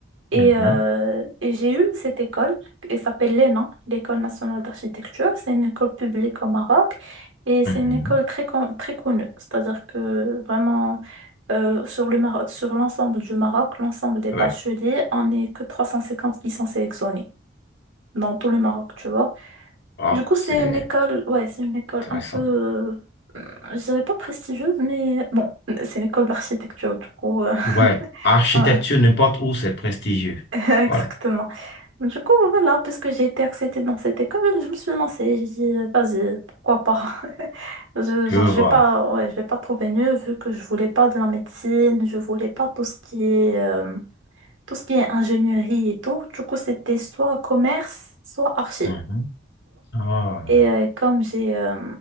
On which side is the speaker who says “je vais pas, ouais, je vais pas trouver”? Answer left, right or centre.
Right